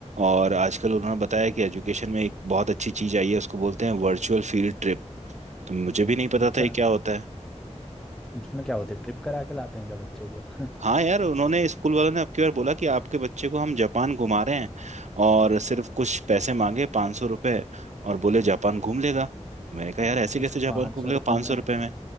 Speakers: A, on the right; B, in the centre.
A: और आजकल उन्होंने बताया कि एजुकेशन में एक बहुत अच्छी चीज आई है उसको बोलते हैं वर्चुअल फील्ड ट्रिप तो मुझे भी नहीं पता
B: अच्छा
A: था ये क्या होता है
B: इसमें क्या होते है ट्रिप करा के लाते हैं क्या बच्चों को <laughs>
A: हाँ यार उन्होंने स्कूल वालों ने अब की बार बोला कि आपके बच्चे को हम जापान घुमा रहे हैं और सिर्फ कुछ पैसे मांगे पाँच सौ रुपये और बोले जापान घूम लेगा मैंने कहा यार ऐसे
B: अच्छा
A: कैसे जापान
B: पाँच
A: घूम
B: सौ
A: लेगा
B: रुपये
A: पाँच
B: में
A: सौ रुपये में